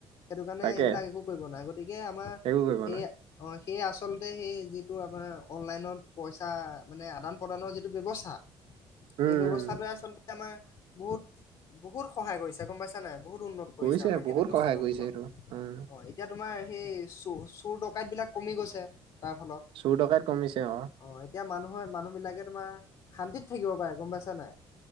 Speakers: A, on the left; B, on the right.
A: সেইটো কাৰণে
B: তাকে
A: এইবিলাক একো কৰিব নোৱাৰে। গতিকে আমাৰ
B: একো
A: সেই
B: কৰিব নোৱাৰে
A: অ সেই আচলতে সেই যিটো আমাৰ অনলাইনত পইচা মানে আদান প্ৰদানৰ যিটো ব্যৱস্থা
B: <inaudible>
A: সেই ব্যৱস্থাটোৱে
B: উম,
A: আচলতে আমাৰ বহুত, বহুত সহায় কৰিছে গম পাইছা নাই? বহুত উন্নত
B: কৰিছে,
A: আমাৰ সেই
B: বহুত
A: ব্যৱস্থাটোৰ
B: সহায় কৰিছে
A: ফলত।
B: এইটো উম।
A: অ' এতিয়া তোমাৰ হেই চু-চুৰ ডকাইতবিলাক কমি গৈছে তাৰ ফলত।
B: চুৰ ডকাইত কমিছে অঁ।
A: অ এতিয়া মানুহৰ মানুহ বিলাকে তোমাৰ শান্তিত থাকিব পাৰে গম পাইছা নাই?